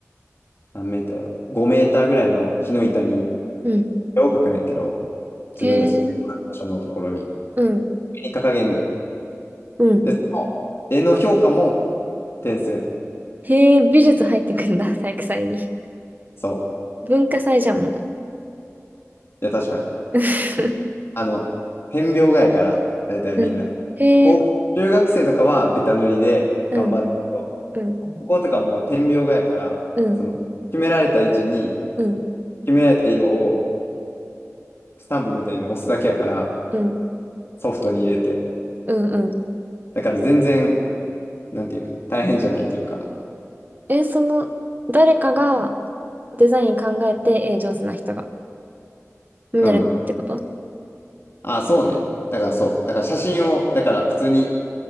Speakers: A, on the left (about 50°); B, on the right (about 35°).
A: 何メーターやろ。5メーターぐらいの木の板に
B: うん。うん
A: 絵を描くねんけど、自分たちの場所のところに、
B: へえ。うん。
A: 絵に掲げんねん。
B: うん。
A: で、その絵の評価も点数やねん。
B: へえ、美術入ってくんだ、<laughs> 体育祭に。
A: そう。
B: 文化祭じゃん、もう。
A: いや、確かに。
B: <laughs>
A: あの、点描画やから、大体みんな。
B: うん。へえ。
A: 高中学生とかはベタ塗りで頑張るんだけど、
B: うん。うん。
A: 高校とかもう点描画やから、
B: うん。
A: その、決められた位置に、
B: うん。
A: 決められた色を、スタンプみたいに押すだけやから、
B: うん。
A: ソフトに入れて。
B: うん。うん
A: だから全然、なんていうの、大変じゃないというか。
B: え、その、誰かがデザイン考えて、えー、上手な人が、になるってこと
A: うん。あ、そうね。だからそう。だから写真を、だから普通に、